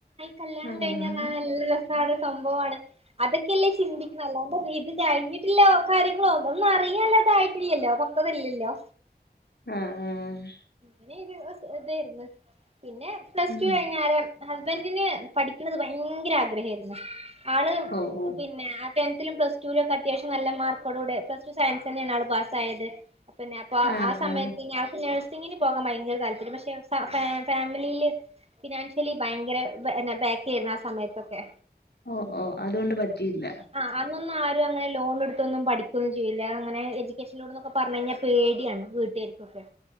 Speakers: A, on the right; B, on the left.
A: കല്യാണം
B: ആഹ്
A: കഴിഞ്ഞ്
B: ആഹ്
A: ന്ന് പറഞ്ഞാൽ രസാണ് സംഭവാണ് അതൊക്കെയല്ലേ ചിന്തിക്കണ അല്ലാണ്ട് ഇത് കഴിഞ്ഞിട്ടില്ല കാര്യങ്ങളോ ഒന്നും അറിയാല്ല അതായിട്ടില്ലല്ലോ അപ്പൊ ഇപ്പവരില്ലോ
B: ആഹ് ആഹ്
A: അങ്ങനെ ഇതായിരുന്നു പിന്നെ പ്ലസ്ടു
B: ഉം
A: കഴിഞ്ഞാരെ ഹസ്ബൻഡന് പഠിക്കണത് ഭയങ്കര ആഗ്രഹയിരുന്നു ആള്
B: ഓഹ് ഓഹ്
A: പിന്നെ ടെൻത്തിലും പ്ലസ്ടുലുംക്കെ അത്യാവശ്യം നല്ല മാർക്കോടകൂടെ പ്ലസ്ടു സയൻസ് തന്നെയാണ് പാസ്സായത് പിന്നെ അപ്പൊ
B: ആഹ്
A: ആ സമയത്ത്
B: ആഹ്
A: ഞാൻ ഫിനാൻസ് സിങ്ങിന് പോകാൻ ഭയങ്കര താല്പര്യ പക്ഷെ ഫ ഫാമിലിയില് ഫിനാൻഷ്യലി ഭയങ്കര എന്നെ ബേക്കയിരുന്നു ആ സമയത്തൊക്കെ
B: ഓ ഓ അതുകൊണ്ട് പറ്റിയില്ല.
A: ആഹ് അന്നൊന്നും ആരുംഅങ്ങനെ ലോൺ എടുത്തൊന്നും പഠിക്കോന്നും ചെയ്യില്ല അങ്ങനെ എജി കെച്ച്ലോണ്ന്നൊക്ക പറഞ്ഞ്കഴിഞ്ഞാ പേടിയാണ് വീട്ടുകാർക്കൊക്കെ